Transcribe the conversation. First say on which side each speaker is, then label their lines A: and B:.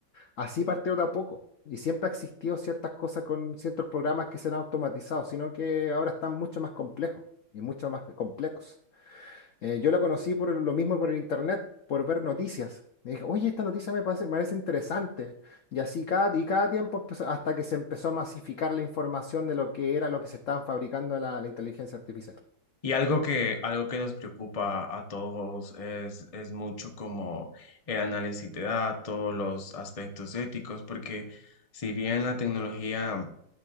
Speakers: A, on the left (about 75°); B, on the left (about 35°).
A: Así partió de a poco. Y siempre ha existido ciertas cosas con ciertos programas que serán automatizados, sino que ahora están mucho más complejos y mucho más completos. Eh, yo lo conocí por el- lo mismo por el internet, por ver noticias. Me dije, oye, esta noticia me parece, me parece interesante. Y así cada, y cada tiempo empezó- hasta que se empezó a masificar la información de lo que era lo que se estaban fabricando la, la inteligencia artificial.
B: Y algo que, algo que nos preocupa a todos es, es mucho como el análisis de datos, los aspectos éticos, porque si bien la tecnología